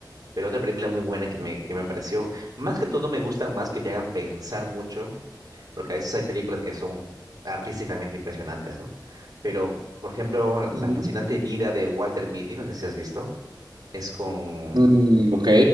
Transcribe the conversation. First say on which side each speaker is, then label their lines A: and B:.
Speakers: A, on the right (about 50°); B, on the right (about 70°).
A: pero otra película muy buena que me, que me pareció. Más que todo me gustan más que te hagan pensar mucho, porque a veces hay películas que son artísticamente impresionantes, ¿no? Pero, por ejemplo, La
B: Ujú.
A: fascinante vida de Walter Mitty, no sé si has visto. es con,
B: Mm, ok,